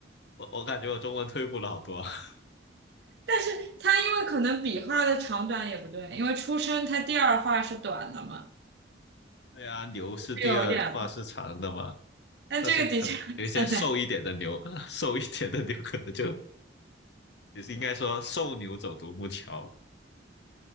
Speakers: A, on the left; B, on the right.
A: 我我感觉我中文退步了好多。<laughs>
B: 但是它因为可能笔画的长短也不对，因为出生它第二画是短的嘛，
A: 对啊，牛是第二话是长的嘛，
B: 就有一点。但这个的确很难。
A: 但是可能有一些瘦一点的牛，<laughs> 瘦一点的牛可能就 <laughs> 也是应该说瘦牛走独木桥，